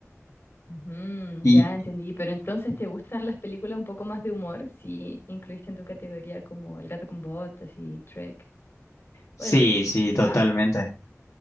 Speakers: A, on the left (about 55°); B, on the left (about 80°).
A: Ujú,
B: Y
A: ya entendí, pero entonces te gustan las películas un poco más de humor, si incluiste en tu categoría como El gato con botas y Trek.
B: sí,
A: Bueno,
B: sí, totalmente.
A: Up